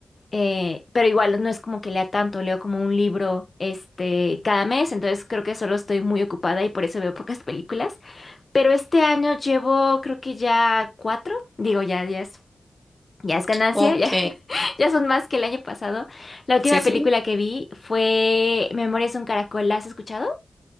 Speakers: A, on the left; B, in the centre.
A: Eh, pero igual no es como que lea tanto, leo como un libro este cada mes, entonces creo que solo estoy muy ocupada y por eso veo pocas películas. Pero este año llevo creo que ya cuatro, digo ya, ya es, ya es ganancia,
B: Ok.
A: ya, <laughs> ya son más que el año pasado. La última
B: Sí, sí.
A: película que vi fue Memorias de un Caracol, ¿la has escuchado?